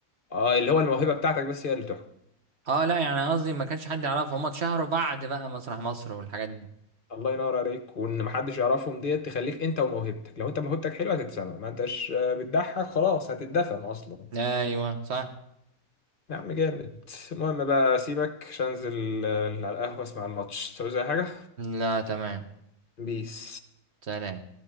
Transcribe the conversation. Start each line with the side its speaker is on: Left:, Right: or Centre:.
Left: اه اللي هو الموهبه بتاعتك بس هي اللي تحكم
Right: اه لا يعني قصدي ما كانش حد يعرفهم هم اتشهروا بعد بقى مسرح مصر والحاجات دي
Left: الله ينور عليك وان محدش يعرفهم ديت تخليك انت وموهبتك لو انت موهبتك حلوه هتتسمع ما انتش آه، بتضحك خلاص هتتدفن اصلا
Right: ايوه صح
Left: يا عم جامد المهم بقى سيبك عشان انزل آه، على القهوه اسمع الماتش تعوز اي حاجه
Right: لا تمام
Left: بيس
Right: سلام